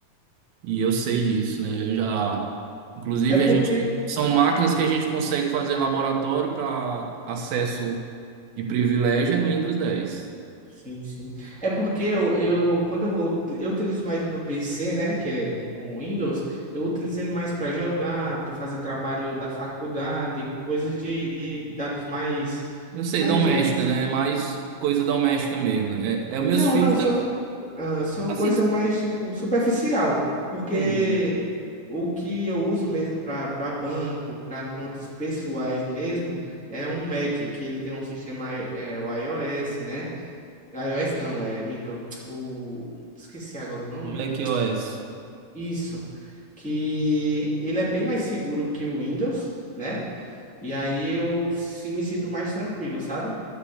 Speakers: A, on the right; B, in the centre.
A: E eu sei disso, né? Eu já, inclusive,
B: É porque
A: a gente são máquinas
B: hum,
A: que a gente consegue fazer laboratório para acesso de privilégio é no Windows dez
B: Sim, sim. É porque eu, eu quando eu vou, eu utilizo mais meu PC, né, que é com Windows, eu utilizo ele mais para jogar, para fazer trabalho da faculdade, coisas de, de dados mais,
A: Eu sei,
B: mais,
A: doméstica,
B: digamos,
A: né? É mais coisa doméstica mesmo. né? É, é os meus
B: não,
A: filhos
B: não, são,
A: também.
B: ah, são
A: Assim,
B: coisa
A: tu...
B: mais, tipo, superficial, porque
A: entendi.
B: o que eu uso mesmo para para banco, para contas pessoais mesmo, é um Mac, que ele tem um sistema, i- é, o iOS, né, iOS não, é, minto, o... Esqueci agora o nome.
A: macOS.
B: Isso, que ele é bem mais seguro que o Windows, né? E aí eu se- me sinto mais tranquilo, sabe?